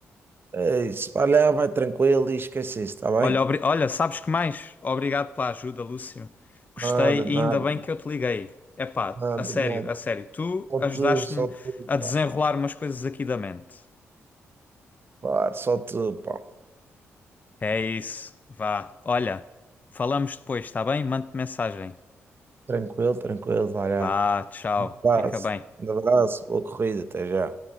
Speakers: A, on the right; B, on the left.
A: eh, isso, vai lá, vai tranquilo e esquece isso, está
B: Olha,
A: bem?
B: obri- olha, sabes que mais? Obrigado pela ajuda, Lúcio. Gostei
A: Nada,
B: e
A: nada,
B: ainda bem que eu te liguei. Epá,
A: nada,
B: a sério,
A: nada.
B: a sério. Tu
A: Só
B: ajudaste-me
A: tu, só tu,
B: a desenrolar
A: pá.
B: umas coisas aqui da mente.
A: Claro, só tu, pá.
B: É isso. Vá. Olha, falamos depois, está bem? mande mensagem.
A: Tranquilo, tranquilo, vai lá.
B: Vá, tchau.
A: Um
B: Fica
A: abraço,
B: bem.
A: um abraço, boa corrida, até já.